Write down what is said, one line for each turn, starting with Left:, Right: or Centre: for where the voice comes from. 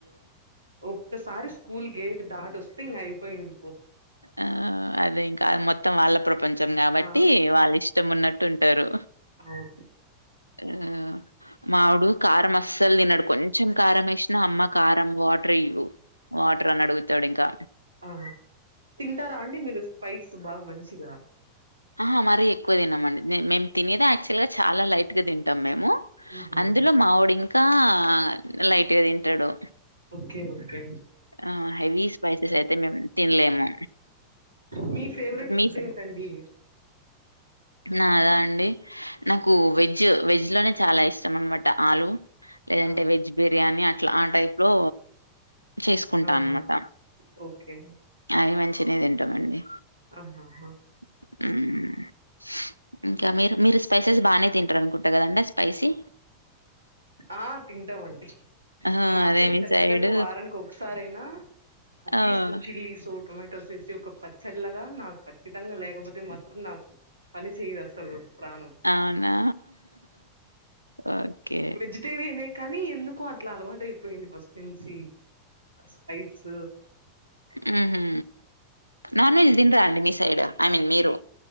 Right: ఒక్కసారి స్కూల్ గేట్ దాటోస్తే ఇంగ అయిపోయింది పో
Left: ఆ అదే ఇంకా మొత్తం వాళ్ళ ప్రపంచ ష్టం కాబట్టి
Right: ఆ
Left: వాళ్ళు ఇష్టం ఉన్నట్టు ఉంటారు
Right: అవును
Left: ఆ మావోడు కారం అస్సలు తినడు కొంచెం కారం వేసినా అమ్మ కారం వాటర్ ఇయ్వ్వు వాటర్ అని అడుగుతాడు ఇంకా
Right: ఆ తింటారా అండి మీరు స్పైస్ బామంచిగా
Left: ఆ మరీ ఎక్కువ తినమండి మే మేమ్ తినేదా యాక్చువల్ గా చాలా లైట్గా తింటాం మేము
Right: ఉహు
Left: అందులో మావోడు ఇంకా లైట్గా తింటడు
Right: ఓకే ఓకే
Left: ఆ హెవీ స్పైసెస్ అయితే మేము తినలేము
Right: మీ ఫేవరెట్ ఫుడ్
Left: మీ సై
Right: ఏంటండి
Left: నాదా అండి నాకు వెజ్ వెజ్ లోనే చాలా ఇష్టం అనమాట ఆలు లేదంటే
Right: ఆ
Left: వెజ్ బిర్యానీ అట్లా ఆ టైప్ లో చేసుకుంటా
Right: ఆహా
Left: అనమాట
Right: ఓకే
Left: అవి మంచినే తింటామండి
Right: ఆహాహా
Left: హ్మ్ ఇంక మీరు మీరు స్పైసెస్ బానే తింటారు అనుకుంట కదండి స్పైసీ
Right: ఆ తింటామండి
Left: ఆ!
Right: నాకైతే
Left: అదే మీ
Right: ఖచ్చితంగా
Left: సైడు
Right: వారానికి ఒకసారి అయినా అట్లీస్ట్
Left: ఆ!
Right: చిల్లీ సో టోమ టోసేసి ఒక పచ్చడిలాగా నాకు ఖచ్చితంగా లేకపోతే మాత్రం నా పని చేయదు అసలు ప్రాణం
Left: అవునా ఓకే
Right: వెజిటేరియనే కానీ ఎందుకో అట్లా అలవాటైపోయింది ఫస్ చిన్సీ స్పైస్
Left: హ్మ్ హు నాన్ వెజ్ తింరా అండి మీ సైడ్ ఐ మీన్ మీరు